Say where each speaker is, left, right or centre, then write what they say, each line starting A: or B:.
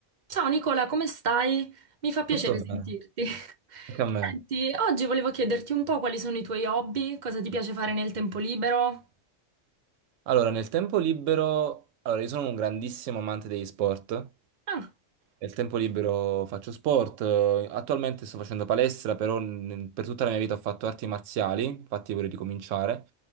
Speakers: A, on the right; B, on the right.
A: Ciao Nicola, come stai? Mi fa piacere
B: Tutto
A: sentirti.
B: bene,
A: <laughs>
B: anche a me.
A: Senti, oggi volevo chiederti un po' quali sono i tuoi hobby, cosa ti piace fare nel tempo libero.
B: Allora, nel tempo libero, allora io sono un grandissimo amante degli sport.
A: Ah,
B: Nel tempo libero faccio sport. eh, Attualmente sto facendo palestra, però n- per tutta la mia vita ho fatto arti marziali, infatti vorrei ricominciare. Ho